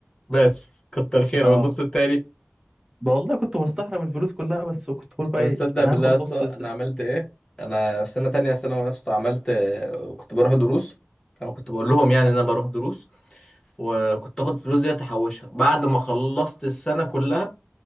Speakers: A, on the left; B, on the right.
A: بس كتر خيره
B: اه
A: والنص التاني
B: بقى والله كنت بستحرم الفلوس كلها بس كنت بقول بقى
A: طب
B: ايه
A: تصدق
B: انا
A: بالله
B: هاخد
A: يا اسطى
B: نص الذنب
A: انا عملت ايه انا في سنه تانية ثانوي يا اسطى عملت كنت بروح دروس او كنت بقول لهم يعني ان انا بروح دروس وكنت اخد فلوس دي احوشها بعد ما خلصت السنه كلها